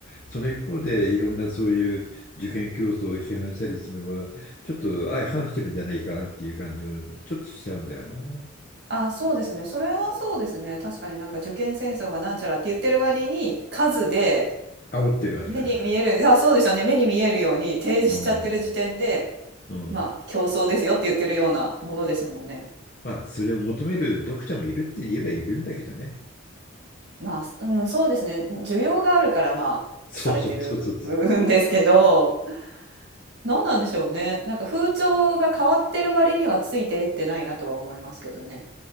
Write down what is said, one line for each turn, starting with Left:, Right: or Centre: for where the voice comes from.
Left: その一方でいろんなそういう受験競争を批判したりするのは、ちょっと相反してるんじゃないかなっていう感じもちょっとしちゃうんだよな。
Right: あ、そうですね。それはそうですね。確かになんか受験戦争がなんちゃらって言ってる割に数で
Left: 煽ってるわけだから。
Right: 目に見える、あ、そうですよね。目に見えるように提示しちゃってる時点で、
Left: うん。うん。
Right: まあ競争ですよって言ってるようなものですもんね。
Left: まあ、それを求める読者もいるって言えばいるんだけどね。
Right: まあ、す <laughs> うん、そうですね。需要があるから、まあ、
Left: <laughs> そうそうそうそうそう。
Right: されてる <laughs> んですけど、<laughs> 何なんでしょうね。なんか風潮が変わってる割にはついてってないなとは思いますけどね。